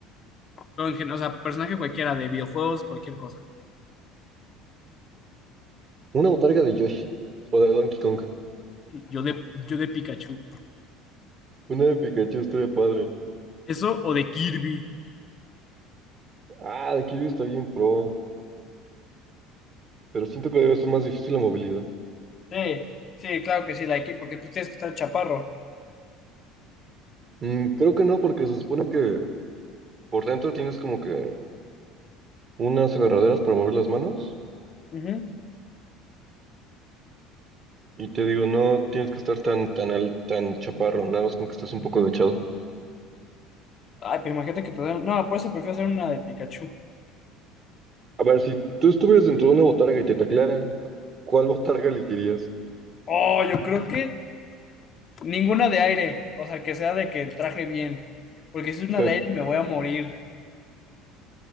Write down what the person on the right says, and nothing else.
Una botarga de Yoshi. O de Donkey Kong.
Una de Pikachu estaría padre.
Ah, de Kirby está bien pro. Pero siento que debe ser más difícil la movilidad.
Mm, creo que no, porque se supone que por dentro tienes como que unas agarraderas para mover las manos.
Y te digo, no tienes que estar tan, tan al, tan chaparro, nada más con que estés un poco agachado.
A ver, si tú estuvieras dentro de una botarga y te taclearan, ¿cuál botarga elegirías?
Sí.